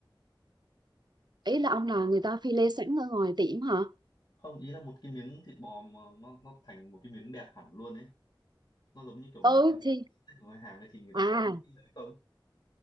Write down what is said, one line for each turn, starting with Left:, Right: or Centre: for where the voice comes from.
Right: Ý là ông là người ta phi lê sẵn ở ngoài tiệm hả?
Left: không ý là một cái miếng thịt bò mà nó nó thành một cái miếng đẹp hẳn luôn ấy nó giống như kiểu mình
Right: Ừ
Left: ăn
Right: thì
Left: steak ở ngoài hàng ấy thì người ta
Right: à
Left: có những cái đấy không